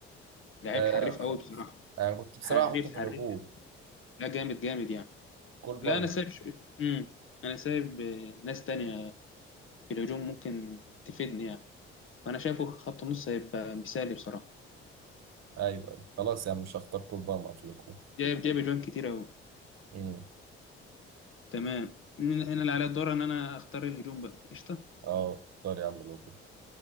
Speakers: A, on the left; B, on the right.
A: لعيب
B: آه
A: حريف
B: خ...
A: قوي بصراحه
B: انا كنت بصراحه
A: حريف
B: احطه في
A: حريف
B: الهجوم
A: لا جامد جامد يعني
B: كول بالمر
A: لا انا سايب شو... مم. انا سايب آه، ناس تانية في الهجوم ممكن تفيدني يعني فانا شايفه خط النص هيبقى مثالي بصراحه
B: ايوه أيوة. خلاص يا عم مش هختار كول بالمر في الهجوم
A: جايب جايب اجوان كتير أوي
B: امم
A: تمام هنا هنا اللي عليا الدور إن أنا أختار الهجوم بقى قشطة
B: اه اختار يا عم الهجوم